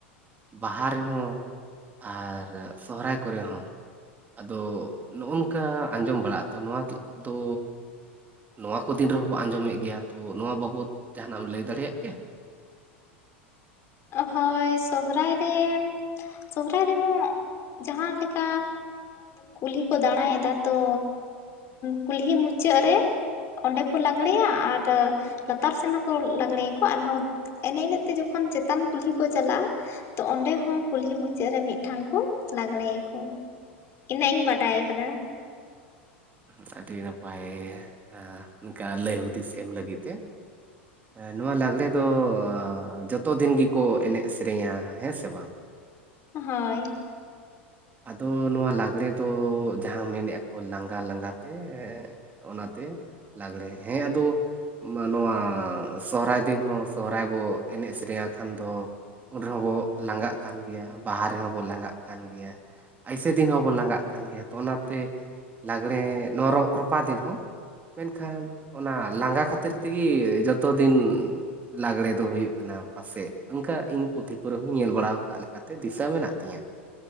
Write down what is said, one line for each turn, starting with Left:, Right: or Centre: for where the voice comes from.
Right: ᱵᱟᱦᱟ ᱨᱮᱦᱚᱸ ᱟᱨ ᱥᱚᱦᱨᱟᱭ ᱠᱚᱨᱮ ᱦᱚᱸ ᱟᱫᱚ ᱱᱚᱜᱼᱚ ᱱᱚᱝᱠᱟ ᱟᱸᱡᱚᱢ ᱵᱟᱲᱟᱜᱼᱟ ᱟ ᱛᱚ ᱱᱚᱣᱟ ᱫᱚ ᱱᱚᱣᱟ ᱠᱚ ᱫᱤᱱ ᱨᱮᱦᱚᱸ ᱵᱚ ᱟᱸᱡᱚᱢᱮᱫ ᱜᱮᱭᱟ ᱛᱚ ᱱᱚᱣᱟ ᱵᱟᱵᱚᱫ ᱡᱟᱦᱱᱟᱜ ᱮᱢ ᱞᱟᱹᱭ ᱫᱟᱲᱮᱭᱟᱜ ᱠᱮᱭᱟ
Left: ᱦᱳᱭ ᱥᱚᱦᱨᱟᱭ ᱨᱮ ᱥᱚᱦᱨᱟᱭ ᱨᱮᱦᱚᱸ ᱡᱟᱦᱟᱸ ᱞᱮᱠᱟ ᱠᱩᱞᱦᱤ ᱠᱚ ᱫᱟᱬᱟᱭ ᱮᱫᱟ ᱛᱚ ᱠᱩᱞᱦᱤ ᱢᱩᱪᱟᱹᱫ ᱨᱮ ᱚᱸᱰᱮ ᱠᱚ ᱞᱟᱸᱜᱽᱲᱮᱭᱟ ᱟᱨ ᱞᱟᱛᱟᱨ ᱥᱮᱱ ᱦᱚᱸᱠᱚ ᱞᱟᱸᱜᱽᱲᱮᱭᱟ ᱠᱚ ᱟᱨᱦᱚᱸ ᱮᱱᱮᱡ ᱮᱱᱮᱡ ᱛᱮ ᱡᱚᱠᱷᱚᱱ ᱪᱮᱛᱟᱱ ᱠᱩᱞᱦᱤ ᱠᱚ ᱪᱟᱞᱟᱜᱼᱟ ᱛᱚ ᱚᱸᱰᱮᱦ ᱠᱩᱞᱦᱤ ᱢᱩᱪᱟᱹᱫ ᱨᱮ ᱢᱤᱫ ᱴᱷᱟᱝ ᱠᱚ ᱞᱟᱸᱜᱽᱲᱮᱭᱟᱠᱚ ᱤᱱᱟᱹᱜ ᱤᱧ ᱵᱟᱰᱟᱭ ᱟᱠᱟᱫᱟ
Right: ᱦᱮᱸ ᱟᱹᱰᱤ ᱱᱟᱯᱟᱭ <unintelligible> ᱱᱚᱠᱟ ᱞᱟᱹᱭ ᱦᱩᱫᱤᱥ ᱮᱢ ᱞᱟᱹᱜᱤᱫ ᱛᱮ ᱮᱸ ᱱᱚᱣᱟ ᱞᱟᱜᱽᱲᱮ ᱫᱚ ᱡᱚᱛᱚ ᱫᱤᱱ ᱜᱮᱠᱚ ᱮᱱᱮᱡ ᱥᱮᱨᱮᱧᱟ ᱦᱮᱸ ᱥᱮ ᱵᱟᱝ
Left: ᱦᱳᱭ
Right: ᱟᱫᱚ ᱱᱚᱣᱟ ᱞᱟᱜᱽᱲᱮ ᱫᱚ ᱡᱟᱦᱟᱸ ᱢᱮᱱᱮᱫ ᱟᱠᱚ ᱞᱟᱸᱜᱟ ᱞᱟᱸᱜᱟ ᱛᱮ <unintelligible> ᱚᱱᱟᱛᱮ ᱞᱟᱜᱽᱲᱮ ᱦᱮᱸ ᱟᱫᱚ ᱢᱟ ᱱᱚᱣᱟ ᱥᱚᱦᱨᱟᱭ ᱫᱤᱱ ᱦᱚᱸ ᱥᱚᱦᱨᱟᱭ ᱵᱚ ᱮᱱᱮᱡ ᱥᱮᱨᱮᱧ ᱟᱠᱷᱟᱱ ᱫᱚ ᱩᱱ ᱨᱮᱦᱚᱸ ᱵᱚ ᱞᱟᱸᱜᱟᱜ ᱠᱟᱱ ᱜᱮᱭᱟ ᱵᱟᱦᱟ ᱨᱮᱦᱚᱸ ᱵᱚ ᱞᱟᱸᱜᱟᱜ ᱠᱟᱱ ᱜᱮᱭᱟ ᱟᱭᱥᱮ ᱫᱤᱱ ᱦᱚᱸᱵᱚᱱ ᱞᱟᱸᱜᱟᱜ ᱠᱟᱱ ᱜᱮᱭᱟ ᱛᱚ ᱚᱱᱟᱛᱮ ᱞᱟᱜᱽᱲᱮ ᱱᱚᱣᱟ ᱨᱚ ᱨᱚᱯᱟ ᱫᱤᱱ ᱦᱚᱸ ᱢᱮᱱᱠᱷᱟᱱ ᱚᱱᱟ ᱞᱟᱸᱜᱟ ᱠᱷᱟᱹᱛᱤᱨ ᱛᱤᱜᱤ ᱡᱚᱛᱚ ᱫᱤᱱ ᱞᱟᱜᱽᱲᱮ ᱫᱚ ᱦᱩᱭᱩᱜ ᱠᱟᱱᱟ ᱯᱟᱥᱮᱡ ᱚᱱᱠᱟ ᱤᱧ ᱯᱩᱛᱷᱤ ᱠᱚᱨᱮ ᱦᱚᱸᱧ ᱧᱮᱞ ᱵᱟᱲᱟ ᱟᱠᱟᱫ ᱞᱮᱠᱟᱛᱮ ᱫᱤᱥᱟᱹ ᱢᱮᱱᱟᱜ ᱛᱤᱧᱟᱹ